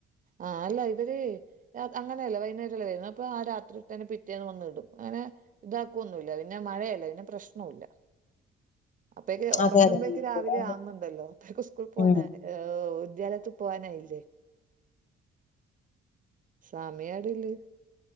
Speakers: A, on the right; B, on the left.
A: ആഹ് അല്ല ഇവര് അങ്ങനെയല്ല വൈകുന്നേരല്ലേ വരും അപ്പൊ ആഹ് രാത്രി തന്നെ പിറ്റേന്ന് വന്നിടും അങ്ങനെ ഇതാക്കുവൊന്നുല്ല പിന്നെ മഴയല്ലെ പിന്നെ പ്രശ്നവൂല്ല.
B: <inaudible>
A: അപ്പോയ്ക്ക്
B: അതെ
A: ഉറങ്ങുമ്പേക്ക്
B: അതെ വീട്ടിലാണ്
A: രാവിലെ ആവുന്നുണ്ടല്ലോ അപ്പൊക്കെ സ്കൂളിൽ പോകാന്
B: ഉം
A: വിദ്യാലയ പോവാനായില്ലേ? സമയായതുള്ളു